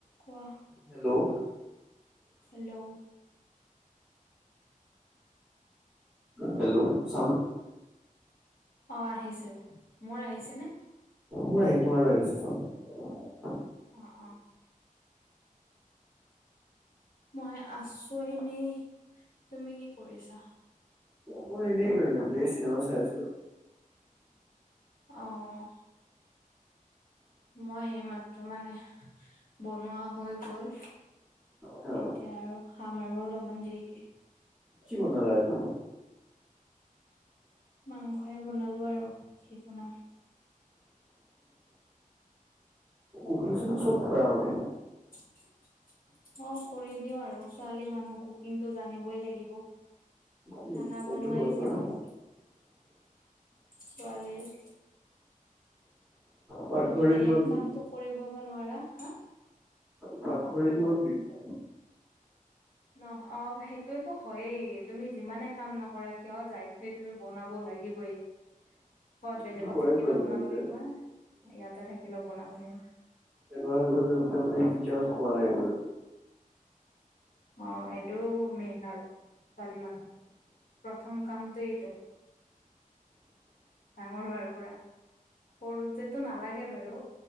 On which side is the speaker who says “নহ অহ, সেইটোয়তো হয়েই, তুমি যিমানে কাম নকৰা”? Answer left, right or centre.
Left